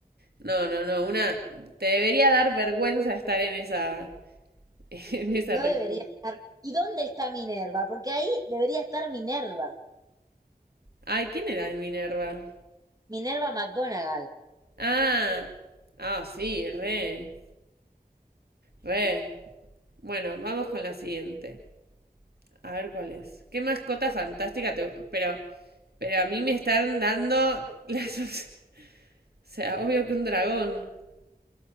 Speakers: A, on the right; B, on the right.
A: No, no, no, una... Te debería dar vergüenza estar en esa... <laughs> En esa
B: No
A: reunión.
B: debería estar. ¿Y dónde está Minerva? Porque ahí debería estar Minerva,
A: Ay, ¿quién era el Minerva?
B: Minerva McGonagall.
A: Ah, ah, sí, re, re. Bueno, vamos con la siguiente. A ver cuál es. Qué mascota fantástica te- Pero, pero a mí me están dando <laughs> las... O sea, obvio que un dragón. <laughs>